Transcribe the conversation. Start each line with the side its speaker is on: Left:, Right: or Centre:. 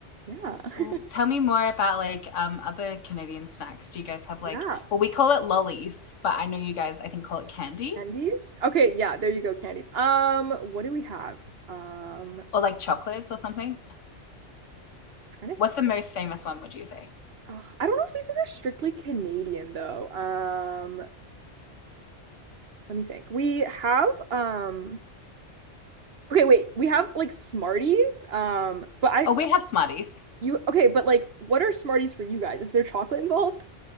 Right: yeah.
Left: Well,
Right: <laughs>
Left: tell me more about like um other Canadian snacks. Do you guys have like
Right: Yeah,
Left: well we call it lollies, but I know you guys I think call it candy
Right: candies. Okay, yeah, there you go, candies. Um, what do we have? Um,
Left: or like chocolates or something.
Right: trying to
Left: What's the most famous one would you say?
Right: Ugh, I don't know if these things are strictly Canadian though. Um, let me think. We have um okay, wait. We have like Smarties. Um, but I
Left: Oh, we have Smarties.
Right: you okay, but like what are Smarties for you guys? Is there chocolate involved?